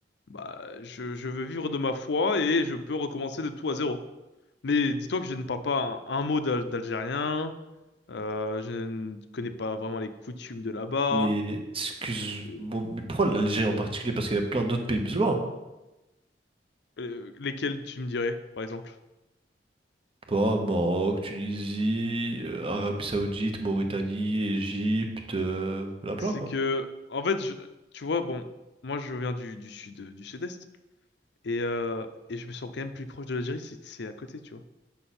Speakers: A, on the left; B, on the right.
A: bah, je, je veux vivre de ma foi et je peux recommencer de tout à zéro. Mais dis-toi que je ne parle pas un, un mot d'al- d'algérien. Euh, je ne connais pas vraiment les coutumes de là-bas.
B: Et excuse-moi,
A: C'est-
B: mais pourquoi l'Algérie en particulier? Parce qu'il y a plein d'autres pays musulmans. hein.
A: Euh, lesquelles tu me dirais, par exemple?
B: Pas Maroc, Tunisie, euh, Arabie Saoudite, Mauritanie, Égypte, euh, il y en a plein
A: C'est
B: quoi.
A: que, en fait, je- tu vois, bon, moi je viens du, du sud, du sud-est, et, euh, et je me sens quand même plus proche de l'Algérie, c'est c'est à côté, tu vois.